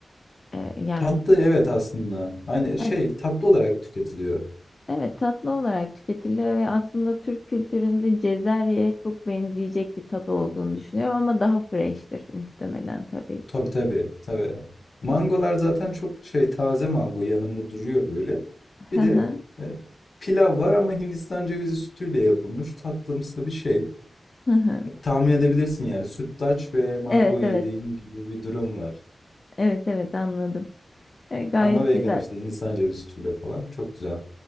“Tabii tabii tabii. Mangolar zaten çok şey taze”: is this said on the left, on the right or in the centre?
Left